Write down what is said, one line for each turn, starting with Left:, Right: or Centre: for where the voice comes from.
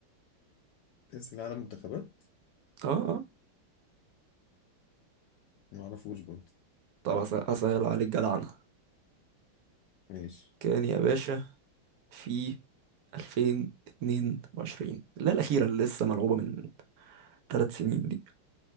Left: كأس العالم منتخبات
Right: اه اه
Left: ما اعرفوش برضه
Right: طب أس- أسهل عليك جدعنة
Left: ماشي
Right: كان يا باشا في 2022 لا الأخيرة اللي لسه ملعوبة من ثلاث سنين دي